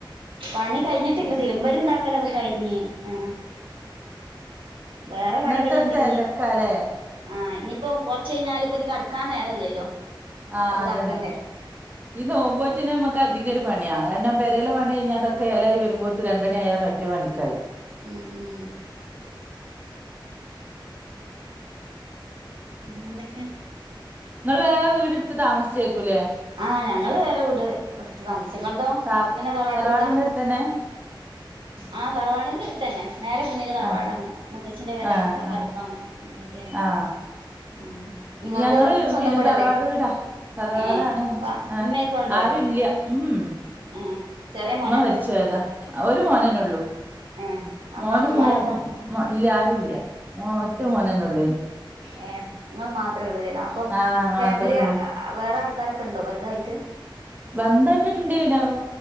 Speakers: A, on the right (about 85°); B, on the right (about 20°).
A: പണി കഴിഞ്ഞിട്ടില്ല തിരുമ്പല ഇണ്ടാക്കലൊക്കെ കഴിഞ്ഞ് ആഹ് വേറെ
B: ഇന്നത്തെ
A: പണികൾ
B: ഒരു
A: ഉണ്ടിഞ്ഞി
B: തിരക്കാല്ലേ
A: ആഹ് ഇനിയിപ്പോ കൊറച്ച് കഴിഞ്ഞാല് ഇപ്പൊ ഇനി കടക്കാൻ നേരല്ലല്ലോ
B: ആഹ്
A: അത് ഇതാക്കണ്ടേ
B: അതന്നെ ഈ നോമ്പോറ്റിന നമുക്ക് അധികം ഒരു പണിയാ കാരണം പെരയില പണി കഴിഞ്ഞാട്ടൊക്കെഏല വരുമ്പോതെന് ഒരു രണ്ടണിയായാൽ പ റ്റു പണിക്കായി
A: ഉം ഉം പിന്നെന്തൊക്കെയ
B: നിങ്ങള് വേറെ വീട് എടുത്ത് താമസിച്ചേക്കൂല്ലേ
A: ആഹ് ഞങ്ങള് വേറെ വിട് എടുത്ത് താമസിച്ച് ഇങ്ങളതോ
B: ത
A: എങ്ങനെ തറവാട്ട്
B: തറവാടിന്റെ
A: വീടാ
B: അടുത്തന്നെ
A: ആഹ് തറവാടിന്റെ അടുത്ത് തന്നെ നേരെ <unintelligible> തറവാടാണ്
B: ആ
A: മുത്തച്ഛിന്റെ പെര
B: ആ
A: തൊട്ടടുത്താണ്
B: ആ
A: അങ്ങനെയൊക്കെയാണ്
B: ആ
A: ആഹ് നിങ്ങളത്
B: ഞങ്ങള്
A: സ്വന്തം
B: പിന്നെ
A: വീടല്ലേ
B: തറവാട് വീടാ തറവാടാണ്
A: ഏഹ് അപ്പൊ
B: ആ
A: ഉമ്മയൊക്കെ ഉണ്ടോ
B: ആരും ഇല്ല ഉം
A: ഏഹ് ചെറിയ മോനാ
B: ഉമ്മ മരിച്ചുപോയതാ ഒരു മോനന്നെള്ളൂ
A: ഏഹ് അപ്പൊ
B: മോനും
A: നാത്തൂമാരൊക്കെ
B: മോ- മ ഇല്ല ആരുഇല്ല മ ഒറ്റ മോനന്നേ ഉള്ളേനു
A: ഏ നിങ്ങൾ മാത്രമേ ഉള്ളൂ അപ്പം
B: ആ മാത്രേ
A: ഫാമിലി
B: ഉള്ളൂ
A: വേറെ ആൾക്കാരൊക്കെ ഉണ്ടോ ബന്ധമായിട്ട്
B: ബന്ധവായിട്ട് ഉണ്ടേനു